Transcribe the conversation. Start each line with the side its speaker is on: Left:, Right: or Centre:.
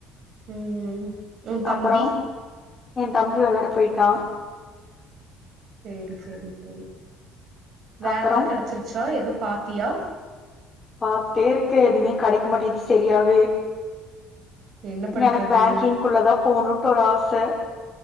Right: ம் உ தம்பி
Left: அப்பறோ எ தம்பி வெளையாட போயிட்டா
Right: செரி செரி செரி வேல
Left: அப்பறோ
Right: எல்லா கெடைச்சிருச்சா ஏதோ பாத்தியா
Left: பாத்துட்டே இருக்கே எதுவுமே கெடைக்க மாட்டாங்கிது சரியாவே
Right: என்ன பண்றது
Left: எனக்கு பேங்கிங்குள்ளதா போணுன்னு ஒரு ஆசை